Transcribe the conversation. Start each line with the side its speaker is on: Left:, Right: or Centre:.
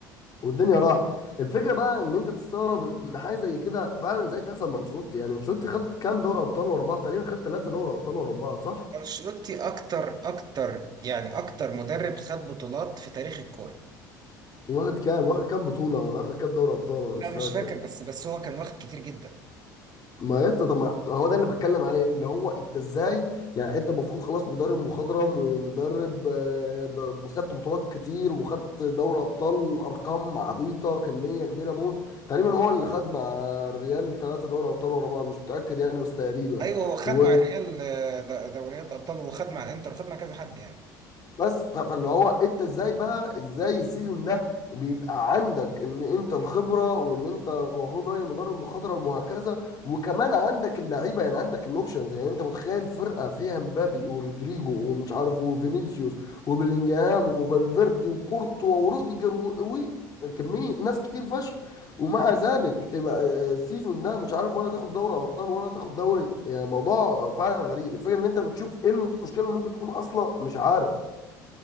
Left: والدنيا راحت الفكره بقى ان انت تستغرب ان حاجه زي كده فعلا ازاي تحصل مع انشيلوتي يعني انشيلوتي خد كام دوري ابطال ورا بعض تقريبا خد ثلاثه دوري ابطال ورا بعض صح
Right: انشيلوتي اكتر اكتر يعني اكتر مدرب خد بطولات في تاريخ الكوره
Left: واخد كام واخد كام بطوله ولا واخد كام دوري ابطال انا
Right: لا
Left: مش فاكر
Right: مش فاكر بس بس هو كان واخد كتير جدا
Left: ما يا اسطى طب ما هو ده اللي بتكلم عليه اللي هو انت ازاي يعني انت المفروض خلاص مدرب مخضرم ومدرب آه، ب- ب- خدت بطولات كتير وخدت دوري ابطال ارقام عبيطه كميه كبيره موت تقريبا هو اللي خد مع الريال ثلاثه دوري ابطال ورا بعض مش متاكد يعني بس تقريبا
Right: ايوه هو خد
Left: و...
Right: مع الريال آه، د- دوريات ابطال وخد مع الانتر وخد مع كذا حد يعني
Left: بس ف- فاللي هو انت ازاي بقى ازاي السيزون ده بيبقى عندك ان انت الخبره وان انت المفروض راجل مدرب مخاضره وهكذا وكمان عندك اللعيبه يعني عندك الاوبشنز يعني انت متخيل فرقه فيها مبابي ورودريجو ومش عارف وفينيسيوس وبلينجهام وفالفيردي وكورتوا وروديجر و و- كمية ناس كتير فشخ ومع ذلك تبقى آه، السيزون ده مش عارف ولا تاخد دوري ابطال ولا تاخد دوري يعني موضوع فعلا غريب الفكره ان انت بتشوف ايه المشكله اللي ممكن تكون حاصله مش عارف